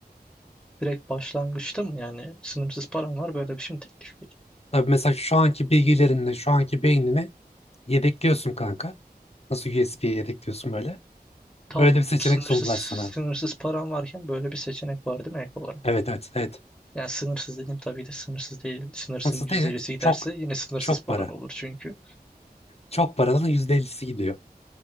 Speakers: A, in the centre; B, on the left.
A: Direkt başlangıçta mı yani sınırsız param var böyle bir şey mi teklif
B: Tabii mesela şu anki bilgilerinle, şu anki beynini yedekliyorsun kanka. Nasıl USB'ye yedekliyorsun böyle.
A: Tam
B: Öyle bir seçenek
A: sınırsız
B: sundular sana.
A: sınırsız param varken böyle bir seçenek var değil mi ek olarak?
B: Evet evet evet.
A: Yani sınırsız dedim tabii de sınırsız değil. Sınırsın
B: Nasıl
A: %50'si
B: değil? evet.
A: giderse
B: Çok
A: yine sınırsız
B: çok
A: paran
B: para.
A: olur çünkü.
B: Çok paranın %50'si gidiyor.